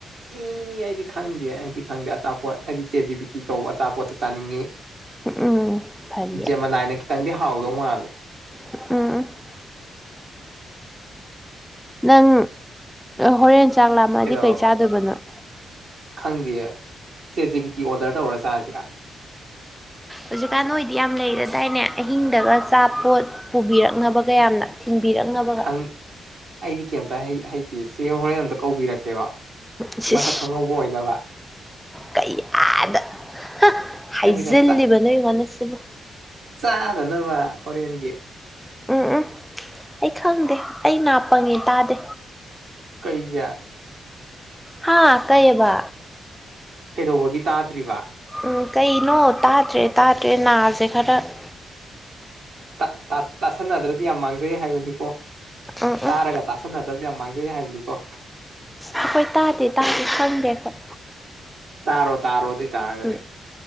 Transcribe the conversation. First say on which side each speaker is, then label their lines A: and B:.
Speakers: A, on the right; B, in the centre.
A: ꯏ ꯑꯩꯗꯤ ꯈꯪꯗꯦ ꯑꯩꯗꯤ ꯈꯪꯗꯦ ꯑꯆꯥꯄꯣꯠ ꯑꯩꯗꯤ ꯆꯦꯠ ꯖꯤ ꯕꯤ ꯇꯤ ꯀꯧꯕ ꯑꯆꯥꯄꯣꯠꯇꯣ ꯆꯥꯅꯤꯡꯉꯤ꯫
B: ꯎꯝ ꯐꯔꯤꯌꯦ
A: ꯖꯦꯃꯅꯥꯏꯅ ꯈꯤꯇꯪꯗꯤ ꯍꯥꯎꯗꯧ ꯃꯥꯜꯂꯦ꯫
B: <unintelligible> ꯅꯪ ꯍꯣꯔꯦꯟ ꯆꯥꯛ ꯂꯥꯥꯝꯃꯛꯑꯗꯤ
A: ꯀꯩꯗꯧꯔꯕ
B: ꯀꯩ ꯆꯥꯗꯣꯏꯕꯅꯣꯏ꯫
A: ꯈꯪꯗꯦꯌꯦ ꯆꯦꯠ ꯖꯤ ꯕꯤꯇꯤ ꯑꯣꯔꯗꯔ ꯇꯧꯔ ꯆꯥꯖꯤꯔ꯫
B: ꯍꯧꯖꯤꯛꯀꯥꯟ ꯅꯣꯏꯗꯤ ꯌꯥꯝ ꯂꯩꯔꯗꯥꯏꯅꯦ ꯑꯍꯤꯡꯗꯒ ꯑꯆꯥꯄꯣꯠ꯫ ꯄꯨꯕꯤꯔꯛꯅꯕꯒ ꯌꯥꯝꯅ ꯊꯤꯟꯕꯤꯔꯛꯅꯕꯒ꯫
A: ꯅꯪ ꯑꯩꯗꯤ ꯀꯩꯝꯇ ꯍꯩ ꯍꯩꯇꯦ ꯆꯦ ꯍꯣꯔꯦꯟ ꯑꯝꯇ ꯀꯧꯕꯤꯔꯛꯀꯦꯔꯣ꯫
B: ꯏꯁ
A: ꯃꯁꯛ
B: ꯏꯁ
A: ꯈꯪꯍꯧꯕ ꯑꯣꯏꯅꯕ꯫
B: ꯀꯌꯥꯗ ꯍ ꯍꯥꯏꯖꯤꯜꯂꯤꯕꯅꯣ
A: ꯑꯗꯨꯒ
B: ꯌꯦꯡꯉꯨꯅꯦꯁꯤꯕꯨ꯫
A: ꯆꯥꯟꯅꯅꯕ ꯍꯣꯔꯦꯟꯒꯤ꯫
B: ꯎꯝ ꯎꯝ ꯑꯩ ꯈꯪꯗꯦ ꯑꯩ ꯅꯥꯄꯪꯉꯤ ꯇꯥꯗꯦ꯫
A: ꯀꯩꯒꯤ꫰
B: ꯍꯥꯥ ꯀꯩꯑꯕ꯫
A: ꯀꯩꯗꯧꯕꯒꯤ ꯇꯥꯗ꯭ꯔꯤꯕ꯫
B: ꯎꯝ ꯀꯩꯅꯣ ꯇꯥꯗ꯭ꯔꯦ ꯇꯥꯗ꯭ꯔꯦ ꯅꯥꯖꯦ ꯈꯔ꯫ <unintelligible>
A: ꯇꯥ ꯇꯥ ꯇꯥꯁꯟꯅꯗ꯭ꯔꯗꯤ ꯌꯥꯝ ꯃꯥꯡꯖꯩ ꯍꯥꯏꯕꯅꯤꯀꯣ
B: ꯎꯝ ꯎꯝ
A: ꯇꯥꯔꯒ ꯇꯥꯁꯟꯅꯗ <unintelligible> ꯌꯥꯝ ꯃꯥꯡꯖꯩ ꯍꯥꯏꯕꯅꯤꯀꯣ
B: ꯑꯩꯈꯣꯏ ꯇꯥꯗꯦ ꯇꯥꯗꯦ ꯈꯪꯗꯦ ꯑꯩꯈꯣꯏ
A: ꯇꯥꯔꯣ ꯇꯥꯔꯣ ꯑꯗꯨꯏ ꯇꯥꯔꯒꯗꯤ
B: ꯎꯝ